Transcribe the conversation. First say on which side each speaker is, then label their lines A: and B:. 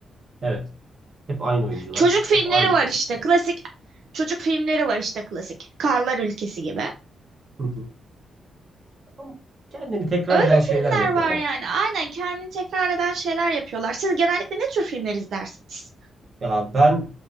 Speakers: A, on the right; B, on the right.
A: Evet. Hep aynı oyuncular.
B: Çocuk filmleri
A: Hep aynı
B: var
A: prodüksiyon.
B: işte klasik çocuk filmleri var işte klasik. Karlar Ülkesi gibi.
A: Hı hı. Ama Kendini tekrar
B: Öyle
A: eden şeyler
B: filmler
A: yapıyorlar.
B: var yani. Aynen kendini tekrar eden şeyler yapıyorlar. Siz genellikle ne tür filmler izlersiniz?
A: Ya ben